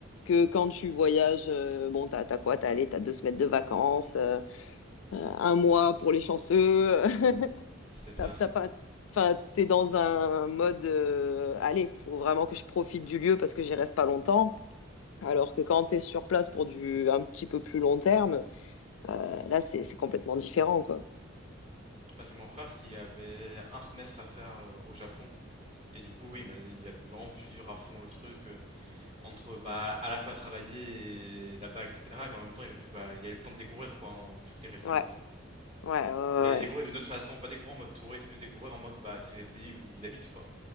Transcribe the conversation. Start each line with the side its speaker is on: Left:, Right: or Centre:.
Left: que quand tu voyages, euh, bon, t'as, t'as quoi? T'as, allez, t'as deux semaines de vacances, euh, euh, un mois pour les chanceux, <laughs>
Right: C'est ça.
Left: t'as, t'as pas, enfin, t'es dans un mode, euh, allez, faut vraiment que je profite du lieu parce que j'y reste pas longtemps. Alors que quand t'es sur place pour du un petit peu plus long terme, euh, là, c'est, c'est complètement différent, quoi.
Right: Là, c'est mon frère qui avait un semestre à faire euh, au Japon. Et du coup, oui, bah, il a vraiment pu vivre à fond le truc, euh, entre bah, à la fois travailler et là-bas, etc. Mais en même temps, il a pu, bah, il a eu le temps de découvrir, quoi, en- vu qu'il est resté
Left: Ouais,
Right: longtemps.
Left: ouais, ouais,
Right: Mais découvrir
Left: ouais.
Right: d'une autre façon, pas découvrir en mode touriste, plus découvrir en mode, bah, c'est le pays où il habite, quoi.